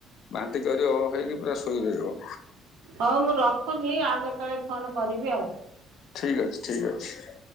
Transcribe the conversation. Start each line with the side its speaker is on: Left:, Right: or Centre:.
Left: ବାନ୍ତି ଜରି ଅ ହେଇକି ପୁରା ଶୋଇ ରହିବ।
Right: ହଉ ମୁଁ ରଖୁଛି ଆଉ କେତେବେଳେ ଫୋନ କରିବି ଆଉ।
Left: ଠିକ ଅଛି ଠିକ୍ ଅଛି।